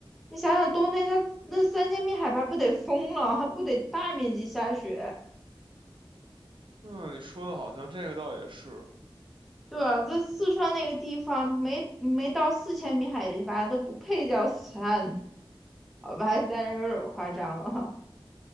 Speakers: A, in the centre; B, on the right.
A: 你想想冬天家那三千米海拔不得疯了，还不得大面积下雪？
B: 嗯，你说的好像这个倒也是
A: 对啊，这四川那个地方没没到四千米海拔都不配叫山，好吧，当然有点夸张了哈。